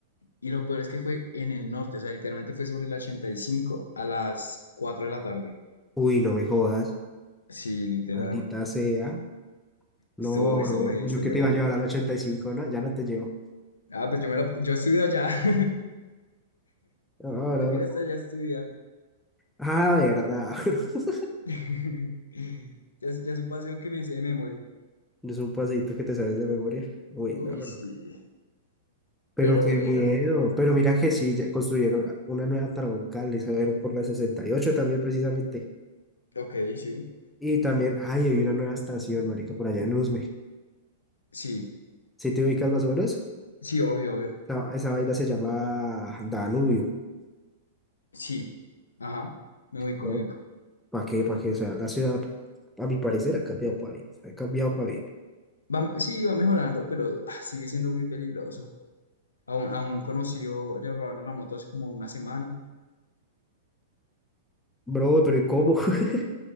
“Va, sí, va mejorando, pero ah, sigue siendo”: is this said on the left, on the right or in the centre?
Left